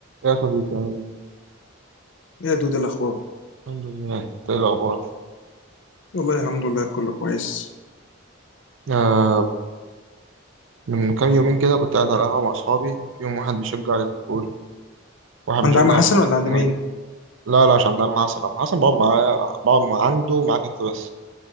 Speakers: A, on the right (about 70°); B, on the left (about 65°).
A: يا صديقي عامل ايه؟
B: ايه يا دود إيه الاخبار
A: الحمد لله إنت ايه الأخبار؟
B: والله الحمد لله كله كويس
A: آه من كام يومين كده كنت قاعد على القهوة مع أصحابي فيهم واحد بيشجع ليفربول واحد
B: عند
A: بيشجع
B: عم حسن
A: مانشستر
B: ولا عند
A: يونايتد
B: مين
A: لا لا عشان ده مع حسن أنا حسن بقعد معايا بقعد مع عنده ومعاك أنت بس